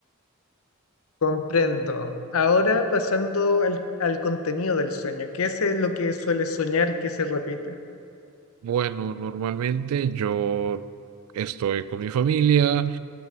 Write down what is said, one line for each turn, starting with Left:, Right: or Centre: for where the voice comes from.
Left: Comprendo. Ahora pasando al, al contenido del sueño, ¿qué es eh, lo que suele soñar que se repite?
Right: Bueno, normalmente yo estoy con mi familia.